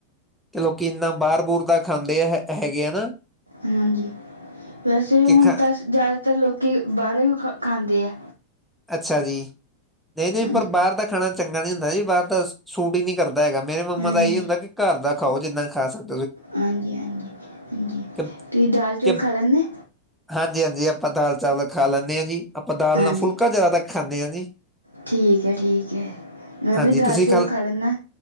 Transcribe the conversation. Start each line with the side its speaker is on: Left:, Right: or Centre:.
Centre: ਤੇ ਲੋਕੀ ਇੰਨਾ ਬਾਹਰ ਬੂਹਰ ਦਾ ਖਾਂਦੇ ਹੈ ਹੈਗੇ ਆ ਨਾ
Right: ਹਾਂਜੀ, ਵੈਸੇ
Centre: ਕਿ
Right: ਹੁਣ
Centre: ਖ
Right: ਤਾਂ ਜ਼ਿਆਦਾਤਰ ਲੋਕੀ ਬਾਹਰੋਂ ਹੀ ਖ ਖਾਂਦੇ ਹੈ।
Centre: ਅੱਛਾ ਜੀ ਨਹੀਂ, ਨਹੀਂ
Right: ਹਾਂਜੀ
Centre: ਪਰ ਬਾਹਰ ਦਾ ਖਾਣਾ ਚੰਗਾ ਨਹੀਂ ਹੁੰਦਾ ਜੀ ਬਾਹਰ ਦਾ ਸੂਟ ਹੀ ਨਹੀਂ ਕਰਦਾ। ਹੈਗਾ। ਮੇਰੇ ਮੰਮਾ
Right: ਹਾਂਜੀ
Centre: ਦਾ ਇਹੀ ਹੁੰਦਾ ਕਿ ਘਰ ਦਾ ਖਾਓ ਜਿਨ੍ਹਾਂ ਖਾ ਸਕ
Right: ਹਾਂਜੀ, ਹਾਂਜੀ, ਹਾਂਜੀ
Centre: ਕਿ
Right: ਤੁਸੀਂ ਦਾਲ ਚੌਲ
Centre: ਕਿ
Right: ਖਾ ਲੈਂਦੇ?
Centre: ਹਾਂਜੀ, ਹਾਂਜੀ ਆਪਾਂ ਦਾਲ ਚਾਵਲ ਖਾ ਲੈਂਦੇ ਹਾਂ ਜੀ, ਆਪਾਂ ਦਾਲ
Right: ਹਾਂਜੀ
Centre: ਨਾਲ ਫੁਲਕਾ ਜਿਆਦਾ ਤੱਕ ਖਾਂਦੇ ਹਾਂ ਜੀ।
Right: ਠੀਕ ਹੈ, ਠੀਕ ਹੈ ਮੈਂ
Centre: ਹਾਂਜੀ
Right: ਵੀ ਦਾਲ
Centre: ਤੁਸੀਂ
Right: ਚੌਲ ਖਾ ਲੈਂਣਾ